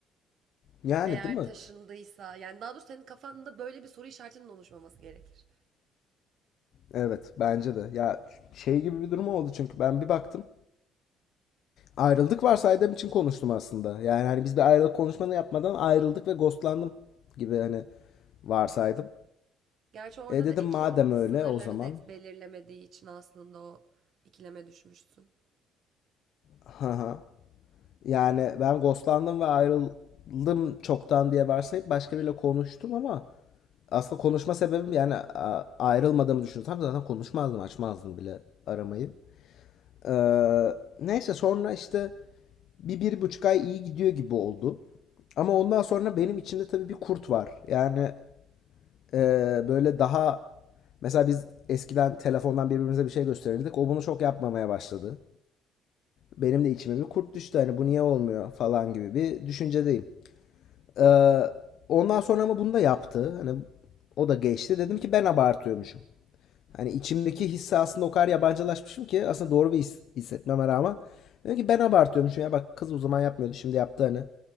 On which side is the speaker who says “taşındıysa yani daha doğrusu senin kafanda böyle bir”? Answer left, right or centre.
Right